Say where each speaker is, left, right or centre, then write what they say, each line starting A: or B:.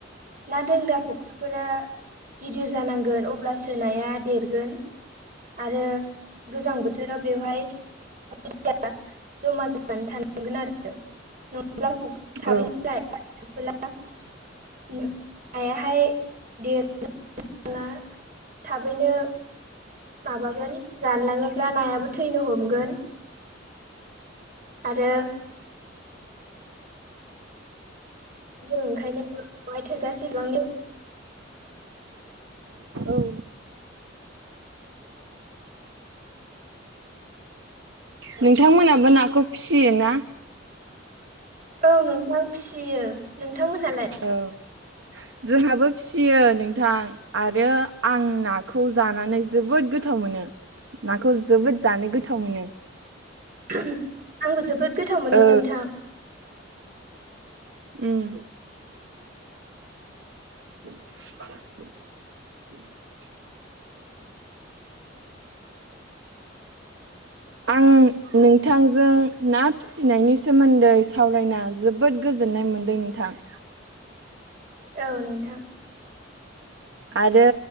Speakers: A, on the right; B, on the right.
A: ना दोनग्रा फख्रिफोरा गिदिर जानांगोन अब्लासो नाया देरगोन। आरो गोजां बोथोराव बेवहाय <unintelligible> <unintelligible>
B: औ
A: <unintelligible> ना थाबैनो माबागोन रानलाङोब्ला नायाबो थैनो हमगोन। आरो जों ओंखायनो बहाय थोजासे बिबांनि
B: औ नोंथांमोनाबो नाखौ फिसियोना
A: औ नोंथां फिसियो नोंथांमोनहालाय
B: औ जोंहाबो फिसियो नोंथां आरो आं नाखौ जानानै जोबोद गोथाव गोथाव मोनो नाखौ जोबोद जानो गोथाव मोनो
A: मोनो आंबो जोबोद गोथाव मोनो
B: औ
A: नोंथां
B: उम <unintelligible>
A: <inaudible>
B: आं नोंथांजों ना फिसिनायनि सोमोन्दै सावरायना जोबोद गोजोननाय मोनदों नों नोंथां
A: औ नोंथां
B: आरो